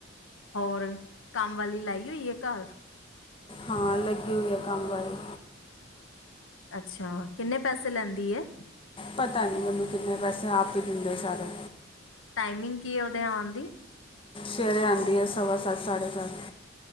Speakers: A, on the left (about 80°); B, on the left (about 25°).
A: ਹੋਰ ਕੰਮ ਵਾਲੀ, ਲਾਈ ਹੋਈ ਏ ਘਰ?
B: ਹਾਂ, ਲੱਗੀ ਹੋਈ ਹੈ ਕੰਮ ਵਾਲੀ।
A: ਅੱਛਾ, ਕਿੰਨੇ ਪੈਸੇ ਲੈਂਦੀ ਏ?
B: ਪਤਾ, ਨਹੀਂ ਮੈਨੂੰ ਕਿੰਨੇ ਪੈਸੇ, ਆਪ ਹੀ ਦਿੰਦੇ ਸਾਰੇ।
A: ਟਾਈਮਿੰਗ ਕੀ ਹੈ ਉਹਦੇ ਆਣ ਦੀ?
B: ਸਵੇਰੇ ਆਂਦੀ ਹੈ, ਸਵਾ ਸੱਤ, ਸਾਢੇ ਸੱਤ।